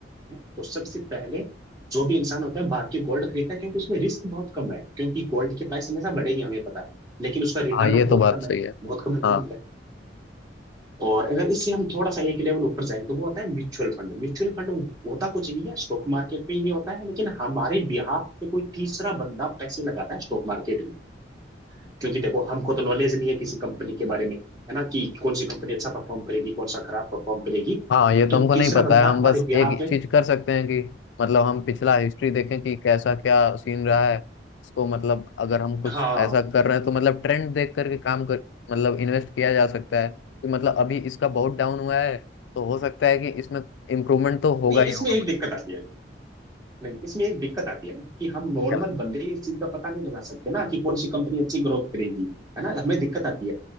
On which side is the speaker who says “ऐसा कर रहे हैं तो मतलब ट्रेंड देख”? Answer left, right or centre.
Left